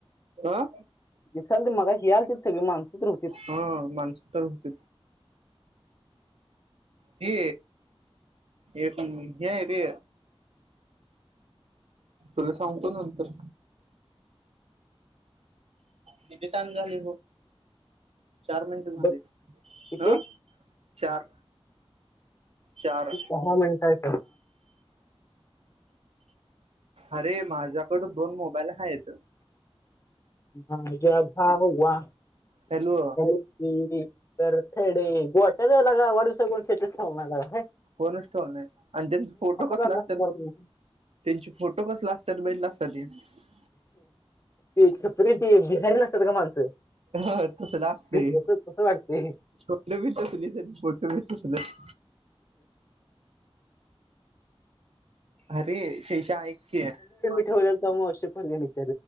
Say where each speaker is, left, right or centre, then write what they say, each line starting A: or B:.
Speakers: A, on the right; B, on the left.
A: अ
B: विसाल तर मगाशी याल त सगळी माणस पण होतीत. <inaudible>
A: ह माणसं तर होती ते एक हे ते तुला सांगतो नंतर किती टाइम झाले? चार मिनट झाले.
B: बघ किती
A: हं, चार. चार
B: दहा मिनीटाच
A: अरे माझ्याकड दोन मोबाईल आहेत.
B: <unintelligible>
A: हॅलो
B: हो <unintelligible> बरथडी गोट्याला का वड स गण सटला <unintelligible>
A: फोनच ठेवल नाही आणि त्यांचा फोटो कसले
B: काढला
A: असतात
B: असं परत नाही
A: त्यांचे फोटो कसले असतात बे असतात <unintelligible>
B: ते छपरी बिहार ना <inaudible> का माणसं <unintelligible>
A: हा, तसलं असतयं.
B: तसं तसं वाटतंय
A: पोटींबी तसली, पोटंबी तसलच. अरे! शेषा आहेऐ <unintelligible>
B: ठेवल्याल तरमग अव्यण नाही <unintelligible>